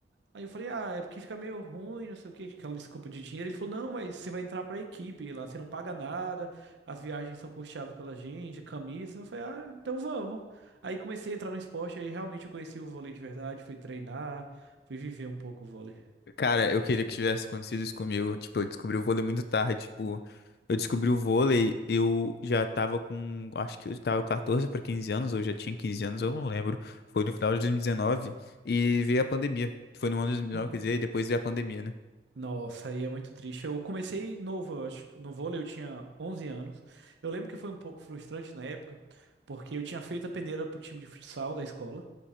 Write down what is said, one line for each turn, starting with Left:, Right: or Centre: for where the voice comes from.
Right: Aí eu falei, ah, é porque fica meio ruim, não sei o que aquela desculpa de dinheiro. Ele falou, não, mas você vai entrar pra equipe lá, você não paga nada, as viagens são custeadas pela gente, a camisa. Eu falei, ah, então vamos. Aí comecei a entrar no esporte, aí realmente eu conheci o vôlei de verdade, fui treinar, fui viver um pouco o vôlei.
Left: Cara, eu queria que tivesse acontecido isso comigo. Tipo, eu descobri o vôlei muito tarde. Tipo, eu descobri o vôlei, eu já tava com, acho que eu tava 14 para 15 anos, ou já tinha 15 anos, eu não lembro. Foi no final de dois mil e dezenove e veio a pandemia. Foi no ano de 2019,
Right: N-
Left: quer dizer, e depois veio a pandemia, né?
Right: Nossa, aí é muito triste. Eu comecei novo, eu acho, que no vôlei eu tinha 11 anos. Eu lembro que foi um pouco frustrante na época, porque eu tinha feito a peneira pro time de futsal da escola.